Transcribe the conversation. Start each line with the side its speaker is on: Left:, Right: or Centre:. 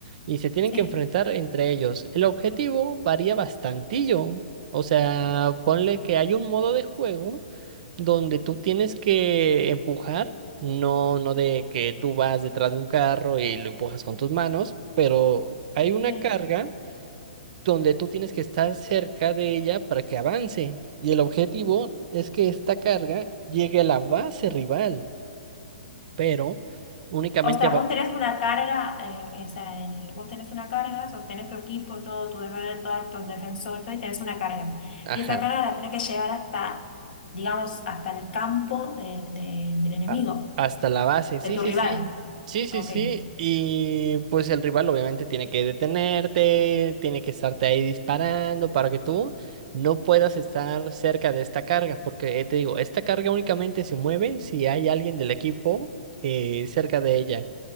Right: y se tienen
Left: Sí,
Right: que enfrentar entre ellos. El objetivo varía bastantillo. O sea, ponle que hay un modo de juego donde tú tienes que empujar, no, no de que tú vas detrás de un carro y lo empujas con tus manos, pero hay una
Left: sí.
Right: carga donde tú tienes que estar cerca de ella para que avance. Y el objetivo es que esta carga llegue a la base rival, pero únicamente
Left: O sea,
Right: va-
Left: vos tenés una carga, eh, eh, o sea, en el- vos tenés una carga, sostenés tu equipo, todo tu defensor, todos tus defensores, todo, y tenés una carga.
Right: ajá,
Left: Y esa carga la tenés que llevar hasta, digamos, hasta el campo de- de- del enemigo,
Right: a- hasta la base.
Left: de
Right: Sí,
Left: tu
Right: sí,
Left: rival.
Right: sí. Sí, sí,
Left: Ok.
Right: sí. Y pues el rival obviamente tiene que detenerte, tiene que estarte ahí disparando para que tú no puedas estar cerca de esta carga, porque eh, te digo, esta carga únicamente se mueve si hay alguien del equipo eh, cerca de ella.